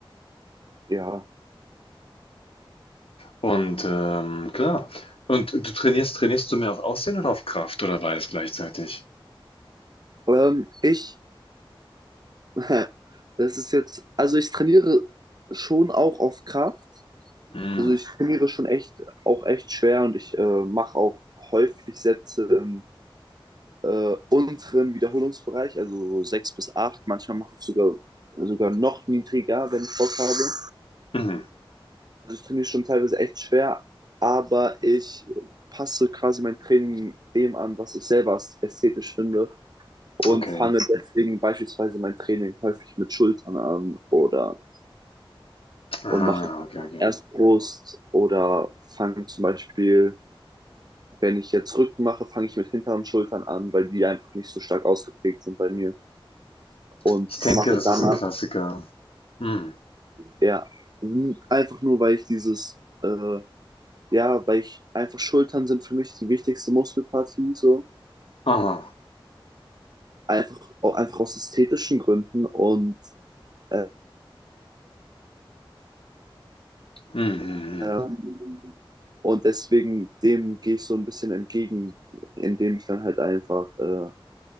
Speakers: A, on the right; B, on the left.
A: Ja.
B: Und ähm, klar. Und du trainierst, trainierst du mehr auf Aussehen oder auf Kraft oder beides gleichzeitig?
A: Ähm, ich, <laughs> das ist jetzt, also ich trainiere schon auch auf Kraft.
B: Mm,
A: Also ich trainiere schon echt, auch echt schwer und ich äh, mache auch häufig Sätze im äh, unteren Wiederholungsbereich, also so sechs bis acht. Manchmal mache ich sogar, sogar noch niedriger, wenn ich Bock habe.
B: mhm.
A: Also ich trainiere schon teilweise echt schwer, aber ich passe quasi mein Training dem an, was ich selber ästhetisch finde und
B: Okay.
A: fange deswegen beispielsweise mein Training häufig mit Schultern an oder und
B: Aha,
A: mache
B: okay, okay.
A: erst Brust oder fange zum Beispiel, wenn ich jetzt Rücken mache, fange ich mit hinteren Schultern an, weil die einfach nicht so stark ausgeprägt sind bei mir. und
B: Ich denke,
A: mache
B: das
A: danach,
B: ist ein Klassiker. Mm.
A: ja, einfach nur, weil ich dieses, äh, ja, weil ich einfach Schultern sind für mich die wichtigste Muskelpartie, so.
B: Aha.
A: Einfach, einfach aus ästhetischen Gründen und, äh,
B: Mm, mm,
A: ähm,
B: mm.
A: und deswegen dem gehe ich so ein bisschen entgegen, indem ich dann halt einfach, äh,